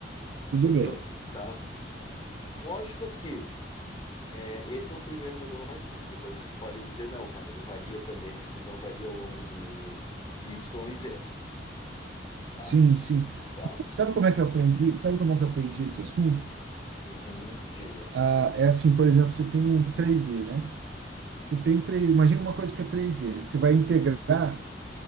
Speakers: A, on the left (about 30°); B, on the right (about 75°).
A: Entendeu?
B: Tudo bem.
A: Tá? Lógico que é, esse é um primeiro modelo mais simples. Depois a gente pode dizer, não, cara, ele varia também, a difusão varia ao longo de Y e Z. Tá?
B: Sim, sim.
A: Tá?
B: Sabe como é que eu aprendi? Sabe como é que eu aprendi esse assunto?
A: Uhum, diga.
B: Ah, é assim, por exemplo, você tem um três d né? Você tem um 3, imagina uma coisa que é três d Você vai integrar